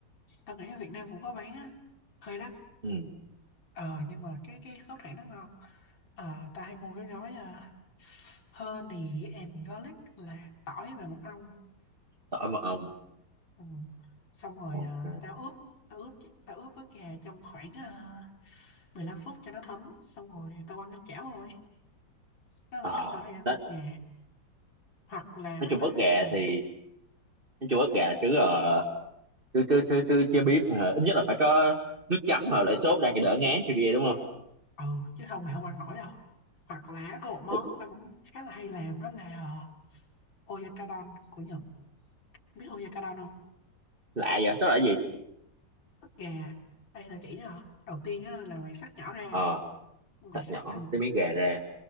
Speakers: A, on the left; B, on the right.
A: tao nghĩ ở Việt Nam cũng có bán á hơi đắt
B: ừ.
A: ờ nhưng mà cái cái sốt hãng nó ngon ờ tao hay mua cái gói à, honey and garlic là tỏi và mật ong
B: tỏi mật ong
A: ừ. xong rồi
B: ok
A: à, tao ướp tao ướp tao ướp với gà trong khoảng à, 15 phút cho nó thấm xong rồi tao ăn lên chảo rồi đó là
B: Ờ,
A: cách tao hay ăn ức
B: nói,
A: gà hoặc là
B: nói
A: mày
B: chung
A: có
B: ức
A: thể
B: gà
A: làm
B: thì nói chung ức gà là cứ ờ, cứ cứ cứ cứ chế biếm hả? ít nhất là phải có nước chấm hoặc lại sốt đang cho đỡ ngán kia đúng không
A: ừ chứ không mày không ăn nổi đâu hoặc là có một món
B: Ủa,
A: tao cũng khá là hay làm đó là ờ, Oyakodon của Nhật biết Oyakodon không
B: lạ vậy đó là cái gì
A: ức gà đây là chỉ hả đầu tiên á, là mày xắt nhỏ ra
B: ờ
A: mày
B: xắt
A: xắt
B: nhỏ
A: thành
B: cái miếng gà ra